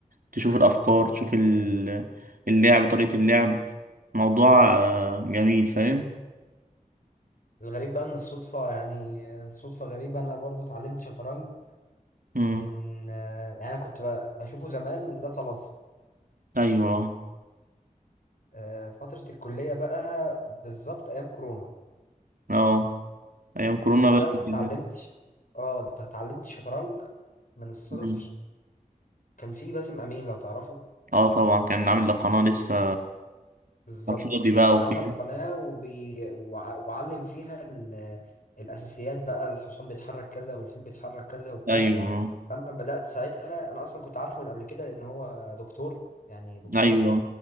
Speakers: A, on the right; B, on the left.
A: تشوف الأفكار تشوف ال- اللعب طريقة اللعب موضوع أه جميل فاهم
B: الغريب بقى ان الصدفة يعني آه، صدفة غريبة انا برضو اتعلمت شطرنج
A: مم.
B: من آه، يعني انا كنت ب- بشوفه زمان ان ده طلاسم
A: أيوه
B: آه، فترة الكلية بقى بالظبط ايام كورونا
A: اه أيام كورونا
B: دخلت
A: بقى كنت
B: اتعلمت
A: كده.
B: ش- اه ده اتعلمت شطرنج من الصفر
A: مم.
B: كان في باسم امين لو تعرفه
A: اه طبعا كان عامل القناة لسه
B: بالظبط
A: على الفاضي بقى
B: كان
A: وكده
B: عمل قناة وبي... وع- وعلم فيها ال... الاساسيات بقى الحصان بيتحرك كذا والفيل بيتحرك كذا وبتاع
A: ايوه
B: فانا بدأت ساعتها انا اصلا كنت عارفه من قبل كده لان هو دكتور يعني دكتور
A: ايوه